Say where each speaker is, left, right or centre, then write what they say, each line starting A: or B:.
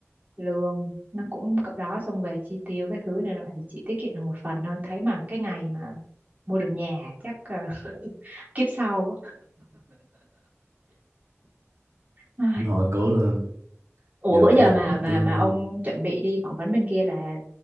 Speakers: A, on the right (about 35°); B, on the right (about 80°).
A: lương nó cũng cỡ đó xong về chi tiêu cái thứ này rồi thì chỉ tiết kiệm được một phần thôi thấy mà cái ngày mà mua được nhà hả? chắc ờ, <laughs> kiếp sau quá Ai.
B: hồi cố lên
A: ủa
B: giờ
A: bữa giờ
B: phải đặt
A: mà
B: mục
A: mà
B: tiêu
A: mà
B: đi.
A: ông chuẩn bị đi phỏng vấn bên kia là